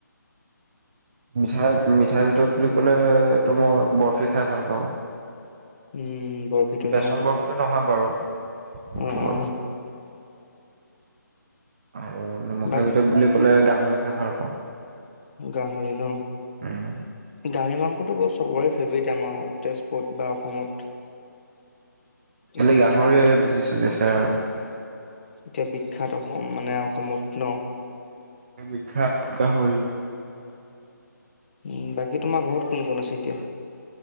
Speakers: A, on the right; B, on the left.
A: মিঠাই মিঠাইৰ ভিতৰত বুলি ক'লে তো মই বৰফি খাই ভাল পাওঁ
B: উম বৰফিটো
A: বেচন
B: ন
A: বৰফিটো নহয় বাৰু এইটো
B: অ
A: বৰফি।
B: অ
A: আৰু নিমখৰ
B: বাক
A: ভিতৰত বুলি ক'লে গাহৰি খাই ভালপাঁও
B: গাহৰি ন
A: উম,
B: গাহৰি মাংসটো বস্তু সবৰে ফেভৰেট আমাৰ তেজপত বা অসমত
A: এনে
B: বিখ্যাত
A: গাহৰিয়ে বেছি চলি আছে আৰু উ
B: এতিয়া বিখ্য্াত অসম মানে অসমত্ন
A: এইেই বিখ্যাত গাহৰি
B: উ বাকী তোমাৰ ঘৰত কোন কোন আছে এতিয়া